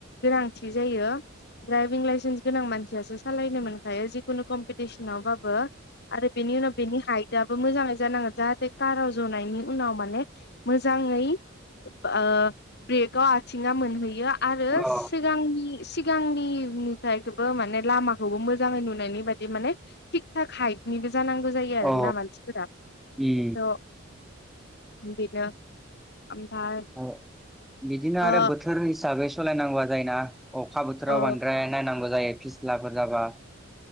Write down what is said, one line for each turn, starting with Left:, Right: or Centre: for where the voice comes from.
Left: गोनांथि जायो। द्राइभिं लाइसेन्स गोनां मानसियासो सालायनो मोनखायो जिखुनु कम्पिटिसनावबाबो बो आरो बेनि उनाव बेनि हाइट दाबो मोजाङै जानांगोन। जाहाथे काराव जनायनि उनाव माने मोजाङै ओ ब्रेकआव आथिङा मोनहैयो। आरो
Centre: अ
Left: सिगांनि सिगांनि नुथायखौबो माने लामाखौबो मोजाङै नुनायनि बादि माने थिग हाइटनिबो जानांगौ जायो आरोना
Centre: औ
Left: मानसिफोरा।
Centre: उम
Left: थ' बेनो। ओमफ्राय
Centre: औ बिदिनो आरो
Left: ओ
Centre: बोथोर हिसाबै सालायनांगौआ जायो ना? अखा बोथोराव
Left: औ
Centre: बांद्राय नायनांगौ जायो फिस्लाफोर जाबा